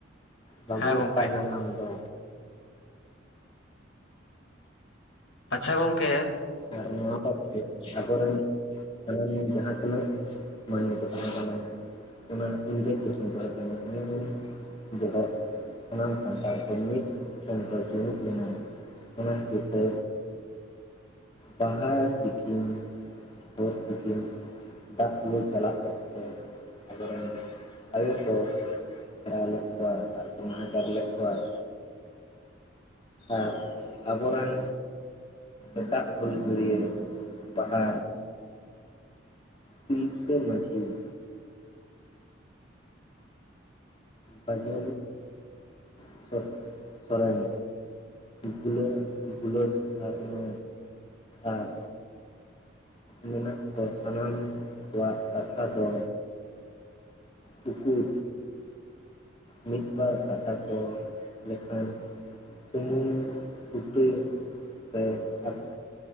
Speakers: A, on the left; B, on the left.
A: ᱵᱟᱵᱩ
B: ᱦᱮᱸ
A: ᱚᱠᱟᱭᱮᱱᱟᱢ
B: ᱜᱚᱢᱠᱮ
A: ᱟᱢ ᱫᱚ,
B: ᱟᱪᱪᱷᱟ ᱜᱚᱝᱠᱮ,
A: ᱟᱨ ᱚᱱᱟ ᱴᱚᱜᱴᱤ ᱟᱛᱳ ᱨᱮᱱ <unintelligible> ᱡᱟᱦᱟ ᱛᱤᱱᱟᱹᱜ ᱢᱟᱹᱱᱢᱤ ᱠᱚ ᱛᱟᱦᱮ ᱠᱟᱱᱟ ᱾ ᱚᱱᱟ ᱤᱝᱨᱮᱡᱽ ᱡᱚᱠᱷᱚᱱ ᱵᱟᱭ ᱛᱟᱦᱮᱱᱟ ᱚᱱᱮ ᱩᱱ ᱵᱚᱦᱚᱜᱼᱼ ᱥᱟᱱᱟᱢ ᱥᱟᱱᱛᱟᱲ ᱠᱚ ᱢᱤᱫ ᱴᱷᱮᱱ ᱠᱚ ᱡᱩᱢᱤᱫ ᱞᱮᱱᱟ ᱚᱱᱟ ᱠᱷᱟᱹᱛᱤᱨ ᱛᱮ, ᱵᱟᱦᱟ ᱛᱤᱠᱤᱱ ᱦᱚᱨ ᱛᱤᱠᱤᱱ, ᱫᱟᱜ ᱞᱩ ᱪᱟᱞᱟᱜ ᱚᱠᱛᱮ ᱟᱵᱚᱨᱮᱱ ᱟᱭᱳ ᱠᱚ, ᱯᱷᱮᱨᱟᱣ ᱞᱮᱫ ᱠᱚᱣᱟ ᱟᱨᱠᱚ ᱱᱟᱦᱟᱪᱟᱨ ᱞᱮᱫ ᱠᱚᱣᱟ ᱾ ᱟᱨ ᱟᱵᱚᱨᱮᱱ ᱮᱴᱟᱜ ᱦᱩᱞᱜᱟᱹᱨᱭᱟᱹ ᱵᱟᱦᱟ, ᱛᱤᱞᱠᱟᱹ ᱢᱟᱹᱡᱷᱤ ᱾ ᱜᱟᱡᱞᱤ ᱩᱥᱚᱵ ᱥᱚᱨᱮᱱ ᱵᱷᱩᱞᱚ ᱵᱩᱞᱚ ᱡᱷᱟᱨᱱᱚ ᱟᱨ ᱢᱮᱱᱟᱜ ᱠᱚ ᱥᱟᱱᱟᱢ ᱠᱚᱣᱟᱜ ᱠᱟᱛᱷᱟ ᱫᱚ ᱛᱩᱠᱩ ᱢᱤᱫᱵᱟᱨ ᱠᱟᱛᱷᱟ ᱠᱚ ᱞᱮᱠᱷᱟᱱ ᱥᱩᱢᱩᱝ ᱵᱩᱴᱤ ᱨᱮ ᱟᱠ